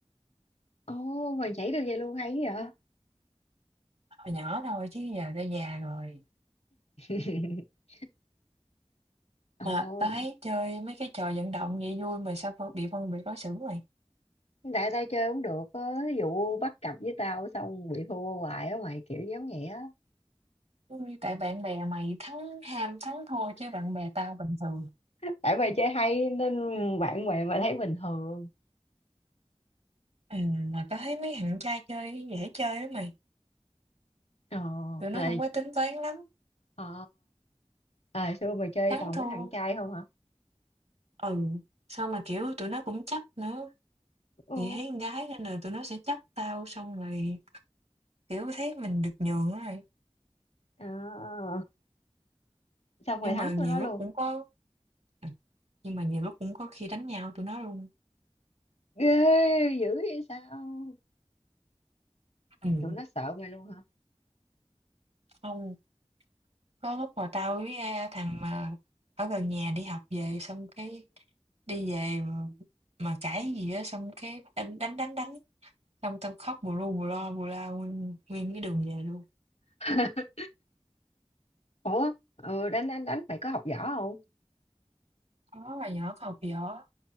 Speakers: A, on the left; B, on the right.
A: ồ mày nhảy được vậy luôn hay vậy
B: hồi nhỏ thôi chứ giờ đã già rồi.
A: <laughs> ồ
B: Mà tao thấy chơi mấy cái trò vận động vậy vui mà sao phân bị phân biệt đối xử vậy?
A: tại tao chơi cũng được á ví dụ bắt cặp với tao xong bị thua hoài á mày kiểu giống vậy á
B: Ôi, tại bạn bè mày thắng ham thắng thua chứ bạn bè tao bình thường.
A: tại mày chơi hay nên bạn bè mà thấy bình thường
B: Ừm, mà tao thấy mấy thằng trai chơi dễ chơi lắm mày,
A: ờ
B: tụi nó
A: à
B: hông có tính toán lắm.
A: ờ. à xưa mày chơi
B: Thắng
A: toàn
B: thua,
A: với thằng trai không hả
B: ừ, xong mà, kiểu, tụi nó cũng chấp nữa,
A: ồ
B: thì thấy con gái nên là tụi nó sẽ chấp tao, xong rồi, kiểu, thấy mình được nhường á rồi.
A: à, xong mày
B: Nhưng
A: thắng
B: mà
A: tụi
B: nhiều
A: nó luôn
B: lúc cũng có ừm, nhưng mà nhiều lúc cũng có khi đánh nhau tụi nó luôn.
A: ghê dữ vậy sao
B: Ừm,
A: tụi nó sợ mày luôn hả
B: xong có lúc mà tao với, a, thằng mà ở gần nhà đi học về, xong cái đi về mà mà cãi gì á, xong cái đánh đánh, đánh, đánh, xong tao khóc bù lu bù loa, bù la nguyên nguyên cái đường về luôn.
A: <laughs> ủa ừ, đánh đánh đánh mày có học võ không
B: có hồi nhỏ còn học võ,